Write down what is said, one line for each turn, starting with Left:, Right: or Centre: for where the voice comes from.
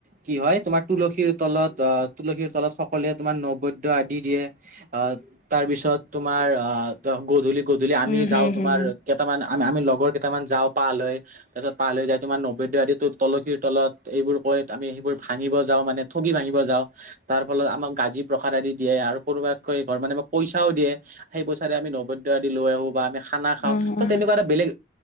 Right: কি হয় তোমাৰ তুলসীৰ তলত অ, তুলসীৰ তলত সকলোৱে তোমাৰ নবদ্যয় আদি দিয়ে। অ, তাৰ পিছত তোমাৰ অ, গধূলি - গধূলি আমি
Left: উম,
Right: যাও।
Left: হম, হম,
Right: কেইটামান আম আমি লগৰ কেইটামান যাও পালৈ তাৰপিছত পালৈ যাই তোমাৰ নবেদ্য আদিতোত তুলসীৰ তলত এইবোৰ কৈ আমি সেইবোৰ ভাঙিব যাওঁ মানে ঠগি ভাঙিব যাওঁ। তাৰফলত আমাক গাজি প্ৰসাদ আদি দিয়ে আৰু কোনোবাককৈ ধৰ মানে মোক পইচাও দিয়ে। সেই পইচাৰে আমি নবদ্য আদি লৈ আহো বা আমি খা খানা খাও
Left: উম,
Right: ত'তেনেকুৱা
Left: উম।
Right: এটা বেলেগ